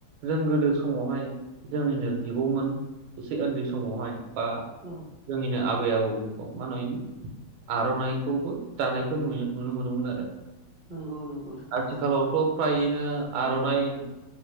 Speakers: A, on the right (about 80°); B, on the right (about 60°).
A: जों गोदो समावहाय जोंनिनो बिब'मोन एसे उन्दै समावहाय बा।
B: औ।
A: जोंनिनो आबै आबौमोनखौ मा नुयोमोन आर'नाइखौबो दानायखौ नुयो नुनो मोनोमोन आरो।
B: नंगौ नंगौ थारैनो
A: आथिखालावथ' फ्रायैनो आर'नाइ।